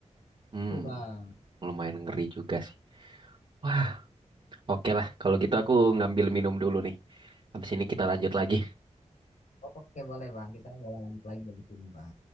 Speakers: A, on the right; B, on the left.
A: hmm
B: betul bang
A: lumayan ngeri juga sih wah oke lah kalau gitu aku ngambil minum dulu nih habis ini kita lanjut lagi
B: oke boleh bang kita boleh lanjut lagi di sini bang